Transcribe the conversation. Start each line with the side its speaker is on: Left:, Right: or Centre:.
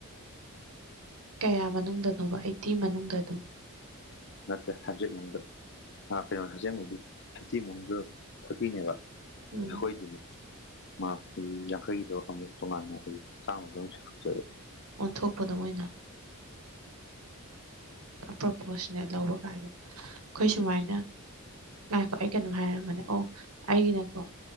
Right: ꯀꯌꯥ ꯃꯅꯨꯡꯗꯅꯣꯕ ꯑꯩꯠꯇꯤ ꯃꯅꯨꯡꯗ ꯑꯗꯨꯝ
Left: ꯅꯠꯇ꯭ꯔꯦ ꯍꯟꯗ꯭ꯔꯦꯠ ꯃꯅꯨꯡꯗ ꯑꯥ ꯀꯩꯅꯣ ꯑꯖꯦꯡꯕꯩꯗꯤ ꯐꯤꯐꯇꯤ ꯃꯅꯨꯡꯗ ꯐꯣꯔꯇꯤꯅꯦꯕ
Right: ꯎꯝ
Left: ꯑꯈꯣꯏꯗꯤꯅꯦ ꯃꯥꯛ ꯌꯥꯡꯈꯩꯒꯤꯗꯣ ꯑꯃꯨꯛ ꯇꯣꯉꯥꯟꯅ ꯑꯩ ꯆꯥꯝꯃꯗ ꯆꯤꯡꯈꯠꯈ꯭ꯔꯦ
Right: ꯑꯣꯟꯊꯣꯛꯄꯗꯣ ꯃꯣꯏꯅ ꯄ꯭ꯔꯣꯄꯣꯁꯅꯦꯠ ꯂꯧꯕ ꯀꯥꯏꯗ ꯈꯣꯏ ꯁꯨꯃꯥꯏꯅ
Left: ꯌꯦꯁ
Right: ꯉꯥꯏꯈꯣ ꯑꯩ ꯀꯩꯅꯣꯝ ꯍꯥꯏꯔꯝꯕꯅꯦ ꯑꯣ ꯑꯩꯒꯤꯅꯀꯣ